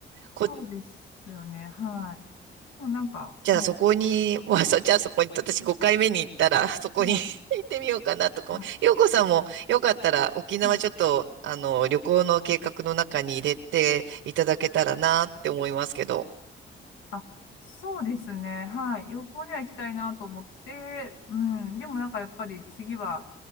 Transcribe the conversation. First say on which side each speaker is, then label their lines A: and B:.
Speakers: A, on the left (about 85°); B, on the right (about 75°).
A: そうですよね。
B: こ
A: はい。そう、なんか、
B: じゃあそこに、
A: うん、
B: まあ、<laughs> そ、じゃあそこに、私5回目に行ったら、<laughs> そこに
A: はい。
B: <laughs> 行ってみようかなとかも。
A: あ、は
B: 洋子さんもよかったら沖縄ちょっと、
A: い。はい
B: あの、旅行の計画の中に入れていただけたらなって思いますけど。
A: あそうですね。はい。旅行には行きたいなと思って、うん。でもなんかやっぱり次は、